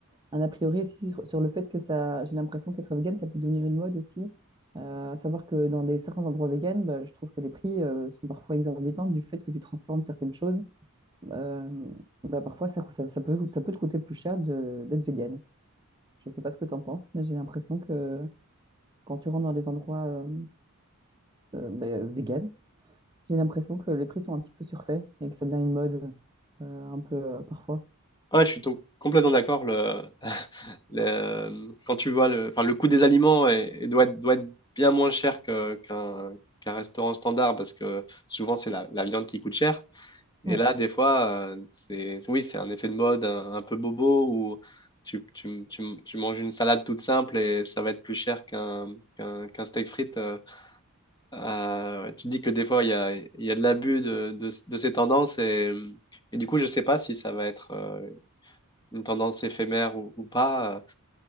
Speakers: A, on the right; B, on the left.
A: un a priori aussi sur, sur le fait que ça, j'ai l'impression qu'être vegan, ça peut devenir une mode aussi. Euh, à savoir que dans des, certains endroits vegan, bah, je trouve que les prix euh, sont parfois exorbitants du fait que tu transformes certaines choses. Euh, bah, parfois, ça, cou- ça, ça peut, ça peut te coûter plus cher de- d'être vegan. Je ne sais pas ce que tu en penses, mais j'ai l'impression que quand tu rentres dans les endroits euh, euh, bah, vegan, J'ai l'impression que les prix sont un petit peu surfaits et que ça devient une mode euh, un peu euh, parfois.
B: Ah Ouais, je suis to- complètement d'accord. Le, <laughs> le- quand tu vois le, enfin, le coût des aliments est- est- doit être, doit être bien moins cher que- qu'un qu'un restaurant standard parce que souvent c'est la, la viande qui coûte cher. Et
A: Ouais,
B: là, des fois, euh, c'est, oui, c'est un effet de mode un, un peu bobo où tu, tu, tu- tu manges une salade toute simple et ça va être plus cher qu'un qu'un, qu'un steak frites. euh, Euh, tu dis que des fois, il y a, il y a de l'abus de, de- de ces tendances et, hum, et du coup, je ne sais pas si ça va être euh, une tendance éphémère ou, ou pas.